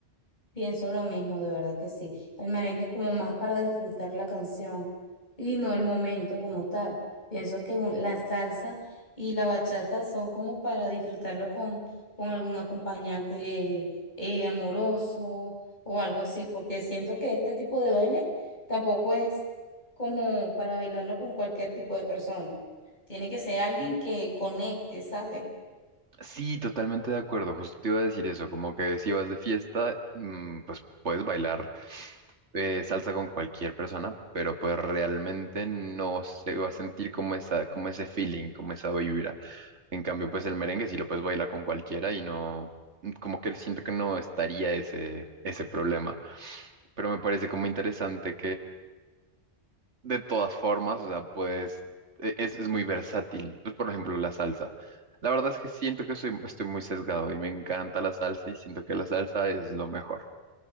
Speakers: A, on the left; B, on the right.
A: Pienso lo mismo, de verdad que sí. El merengue es como más para disfrutar la canción y no el momento como tal. Pienso que un- la salsa y la bachata son como para disfrutarlo con, con algún acompañante eh, amoroso o algo así, porque siento que este tipo de baile tampoco es como para bailarlo con cualquier tipo de persona. Tiene que ser alguien que conecte, ¿sabes?
B: Sí, totalmente de acuerdo. Justo te iba a decir eso, como que si vas de fiesta, mm, pues puedes bailar eh, salsa con cualquier persona, pero pues realmente no se va a sentir como esa, como ese feeling, como esa vibra. En cambio, pues el merengue sí lo puedes bailar con cualquiera y no, como que siento que no estaría ese, ese problema. Pero me parece como interesante de todas formas, o sea, pues e- es, es muy versátil. Pues, por ejemplo, la salsa. La verdad es que siento que soy, estoy muy sesgado y me encanta la salsa y siento que la salsa es lo mejor.